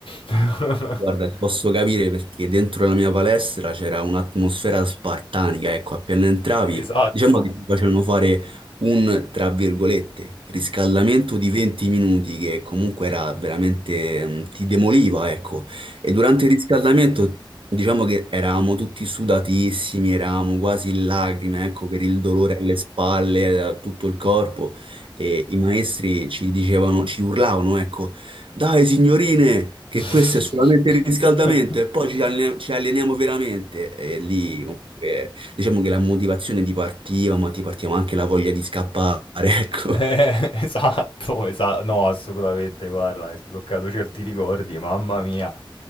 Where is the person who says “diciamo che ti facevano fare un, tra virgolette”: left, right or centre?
Right